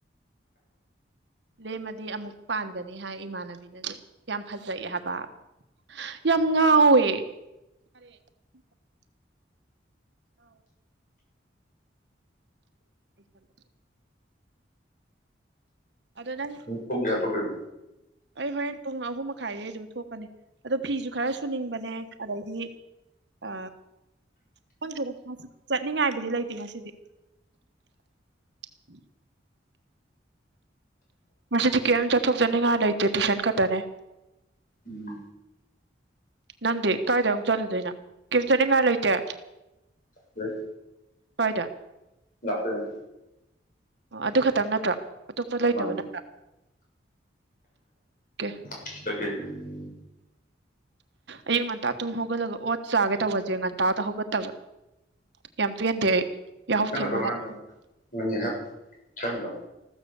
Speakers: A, on the right (about 65°); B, on the left (about 45°).
A: ꯂꯦꯝꯃꯗꯤ ꯑꯃꯨꯛ ꯄꯥꯟꯒꯅꯤ ꯍꯥꯏ ꯏꯃꯥꯟꯅꯕꯤꯅꯖꯨ ꯌꯥꯝ ꯐꯖꯩ ꯍꯥꯕ ꯌꯥꯝ ꯉꯥꯎꯋꯦ ꯑꯔꯦ ꯉꯥꯎꯋꯦ <unintelligible> ꯑꯗꯣ ꯅꯪ
B: ꯎꯪ ꯄꯨꯡ ꯀꯌꯥ ꯊꯣꯛꯇꯣꯏꯅꯣ
A: ꯑꯩ ꯍꯣꯔꯦꯟ ꯄꯨꯡ ꯑꯍꯨꯝ ꯃꯈꯥꯏꯗꯩ ꯑꯗꯨꯝ ꯊꯣꯛꯀꯅꯤ ꯑꯗꯣ ꯐꯤꯖꯨ ꯈꯔ ꯁꯨꯅꯤꯡꯕꯅꯦ ꯑꯗꯩꯗꯤ ꯑ ꯈꯪꯗꯦꯗ ꯉꯁꯤ ꯆꯠꯅꯤꯡꯉꯥꯏꯕꯨꯗꯤ ꯂꯩꯇꯦ ꯉꯁꯤꯗꯤ <unintelligible> ꯉꯁꯤꯗꯤ ꯀꯩꯝ ꯆꯠꯊꯣꯛ ꯆꯠꯅꯤꯉꯥꯏ ꯂꯩꯇꯦ ꯇꯨꯏꯁꯟ ꯈꯇꯅꯦ
B: ꯎꯝ
A: ꯅꯪꯗꯤ ꯀꯥꯏꯗ ꯑꯃꯨꯛ ꯆꯠꯂꯨꯗꯣꯏꯅꯣ ꯀꯦꯝ ꯆꯠꯅꯤꯡꯉꯥꯏ ꯂꯩꯇꯦ
B: ꯂꯩ
A: ꯀꯥꯏꯗ
B: ꯂꯥꯛꯄ ꯌꯥꯗꯦ
A: ꯑꯣ ꯑꯗꯨ ꯈꯇꯪ ꯅꯠꯇ꯭ꯔꯥ ꯑꯇꯣꯞꯄ ꯂꯩꯇꯕ
B: ꯃꯥꯅꯤ
A: ꯅꯠꯇ꯭ꯔꯥ ꯀꯦ
B: <unintelligible>
A: ꯑꯌꯨꯛ ꯉꯟꯇꯥ ꯇꯨꯝ ꯍꯧꯒꯠꯂꯒ ꯑꯣꯠ ꯆꯥꯒꯦ ꯇꯧꯕꯖꯦ ꯉꯟꯇꯥꯗꯣ ꯍꯧꯒꯠꯇꯕ ꯌꯥꯝ ꯄꯦꯟꯗꯦ ꯑꯩ ꯌꯥꯍꯧ
B: ꯅꯪ
A: ꯊꯦꯡꯃꯜꯂꯦ
B: ꯑꯗꯨ ꯉꯔꯪ <unintelligible>